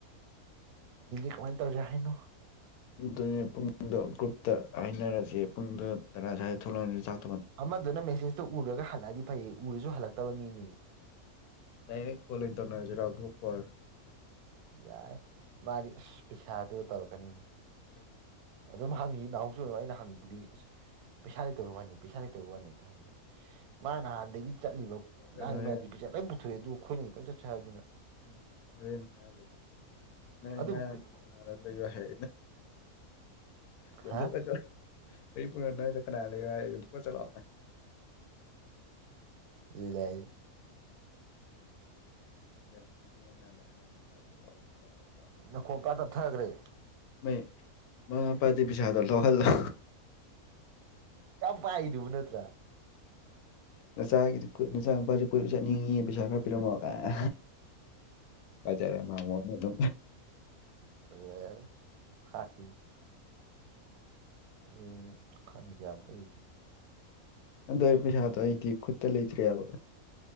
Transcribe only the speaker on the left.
ꯑꯗꯨꯅꯦ ꯄꯨꯡꯗꯣ ꯒ꯭ꯔꯨꯞꯇ ꯍꯥꯏꯅꯔꯁꯤꯦ ꯄꯨꯡꯗꯨꯣ ꯇꯔꯥ ꯁ꯭ꯋꯥꯗ ꯊꯣꯛꯂꯛꯑ
ꯗꯅꯤꯛ ꯀꯣꯂ ꯇꯅꯖꯤ ꯔꯘꯨ ꯀꯔ
ꯊꯃꯦ
ꯀꯩꯅꯣꯅꯦ
ꯎꯝ ꯍꯣꯔꯦꯟ ꯂ ꯅꯣꯏ
ꯉꯔꯥꯡ ꯂꯩꯌ ꯍꯥꯏ ꯌꯣꯟꯊꯣꯛꯑꯁꯨ
ꯃꯔꯤ ꯄꯨꯔꯣ ꯅꯣꯏꯗ ꯀꯅꯥꯅ ꯂꯩꯌꯣ ꯍꯥꯏ ꯌꯣꯟꯊꯣꯛꯄ ꯆꯠꯂꯣꯑꯣ
ꯑ ꯃꯤꯅꯅ ꯍꯥꯏꯦ
ꯃꯩ ꯃ ꯄꯗꯤꯕꯤ ꯁꯥꯥꯗꯣꯂꯣ ꯍꯜꯂꯣ
ꯉꯁꯥꯏꯒꯤꯗꯤ ꯅꯁꯆꯥꯥ ꯅꯨꯄꯥꯁꯨ ꯀꯣꯏꯕ ꯆꯥꯅꯤꯡꯉꯤ ꯄꯩꯁꯥ ꯈꯔ ꯄꯤꯔꯝꯃꯒꯥꯏ ꯑꯆꯔꯦ ꯃꯥꯥꯡꯃ ꯑꯗꯨ
ꯑꯗꯨ ꯄꯩꯁꯥꯗꯣ ꯑꯩꯗꯤ ꯈꯨꯠꯇ ꯂꯩꯇ꯭ꯔꯦꯕ